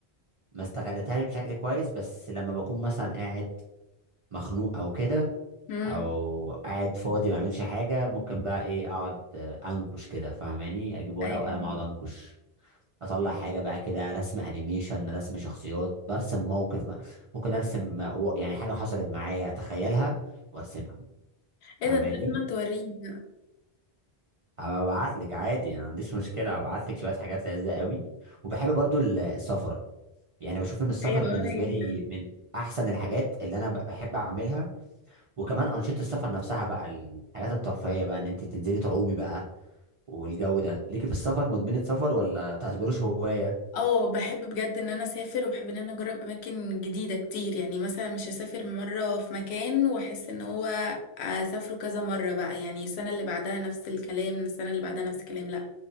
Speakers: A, on the right (about 55°); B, on the left (about 80°).
A: ما استغلتهاش بشكل كويس بس لما بكون مثلا قاعد مخنوق او كده
B: امم
A: او قاعد فاضي ما اعملش حاجه ممكن بقى ايه اقعد آه، انكش كده فاهماني اجيب ورقه
B: ايوه
A: وقلم اقعد انكش اطلع حاجه بقى كده رسم انيميشن رسم شخصيات برسم موقف م- ممكن ارسم و- يعني حاجه حصلت معايا اتخيلها وارسمها فاهماني
B: ايه ده انت لازم توريني بقى
A: هبعت لك عادي ما عنديش مشكله هبعت لك شويه حاجات لذيذه قوي وبحب برضو ال- السفر يعني بشوف ان السفر
B: ايوه
A: بالنسبه
B: انا جدا
A: لي من احسن الحاجات اللي انا ب- بحب اعملها وكمان انشطه السفر نفسها بقى الحاجات الترفيهيه بقى ان انت تنزلي تعومي بقى والجو ده ليكي في السفر مدمنه سفر ولا تعتبروش هوايه
B: اه بحب بجد ان انا اسافر وبحب ان انا اجرب اماكن جديده كتير يعني مثلا مش هسافر مره في مكان واحس ان هو اسافره كذا مره بقى يعني السنه اللي بعدها نفس الكلام السنه اللي بعدها نفس الكلام لا